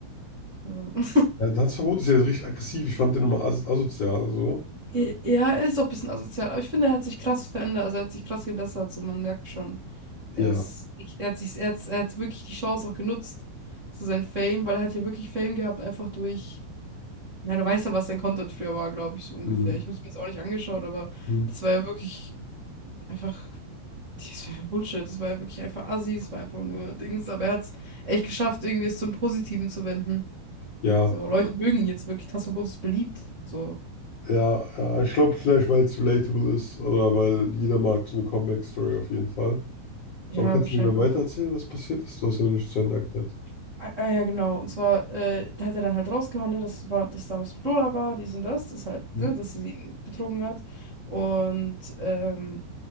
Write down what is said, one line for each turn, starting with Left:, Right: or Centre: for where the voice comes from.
Right: Ja. <laughs>
Left: Ja, Tanzverbot ist ja richtig aggressiv. Ich fand den immer as asozial. So.
Right: I- Ja, er ist auch ein bisschen asozial, aber ich finde, er hat sich krass verändert, also er hat sich krass gebessert, so man merkt schon. Er
Left: Ja.
Right: ist, ich- er hat sich, er hat, er hat wirklich die Chance auch genutzt, so sein Fame, weil er hat ja wirklich Fame gehabt, einfach durch, na, du weißt ja, was sein Content früher war, glaube ich, so ungefähr.
Left: Hm,
Right: Ich habe es mir jetzt auch nicht angeschaut, aber
Left: hm.
Right: das war ja wirklich einfach, das war einfach Bullshit, das war ja wirklich einfach Assi, es war einfach nur Dings, aber er hat es echt geschafft, irgendwie es zum Positiven zu wenden.
Left: Ja,
Right: So, Leute mögen ihn jetzt wirklich, Tasso Bodo ist beliebt, so,
Left: ja, ja. Ich glaube, vielleicht, weil es relatable ist oder weil jeder mag so eine Comeback-Story auf jeden Fall. So,
Right: ja,
Left: aber kannst
Right: wahrscheinlich.
Left: du mir dann weitererzählen, was passiert ist? Du hast ja noch nicht zu Ende erklärt.
Right: Ah, ah, ja, genau. Und zwar, äh, da hat er dann halt rausgehauen, ne, dass es war, dass damals mit Lola war, dies und das, das halt,
Left: Mhm.
Right: ne, dass sie ihn betrogen hat. Und, ähm,